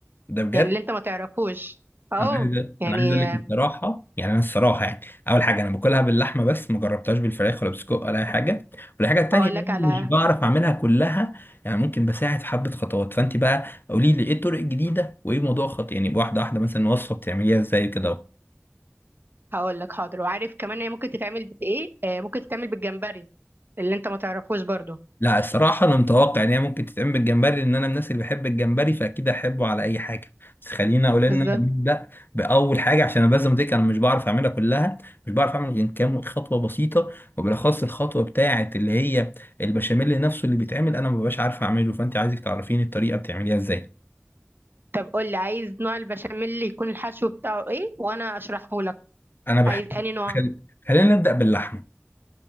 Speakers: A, on the left; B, on the right.
A: ده بجد
B: يعني اللي انت ما تعرفوش اه
A: انا عايز
B: يعني
A: انا عايز اقول لك
B: آه،
A: بصراحه يعني انا الصراحه يعني اول حاجه انا باكلها باللحمه بس ما جربتهاش بالفراخ ولا بسجق ولا اي حاجه والحاجه التانيه
B: اقول
A: إن
B: لك
A: انا
B: على
A: مش بعرف اعملها كلها يعني ممكن بساعد في حبه خطوات فانت بقى قولي لي ايه الطرق الجديده وايه موضوع خط يعني واحده واحده مثلا وصفه بتعمليها ازاي كده
B: هقول لك حاضر وعارف كمان هي ممكن تتعمل بايه آه، ممكن تتعمل بالجمبري اللي انت ما تعرفوش برضو
A: لا الصراحة أنا متوقع إن هي ممكن تتعمل بالجمبري لأن أنا من الناس اللي بحب الجمبري فأكيد أحبه على أي حاجة بس خلينا أقول إن
B: بالظبط
A: أنا نبدأ بأول حاجة عشان أنا بزم ديك أنا مش بعرف أعملها كلها مش بعرف أعمل غير كام خطوة بسيطة وبالأخص الخطوة بتاعة اللي هي البشاميل نفسه اللي بيتعمل أنا مببقاش عارف أعمله فأنت عايزك تعرفيني الطريقة بتعمليها إزاي
B: طب قول لي عايز نوع البشاميل اللي يكون الحشو بتاعه ايه وانا اشرحه لك
A: أنا بحب
B: عايز اني نوع
A: خل... خلينا نبدأ باللحمة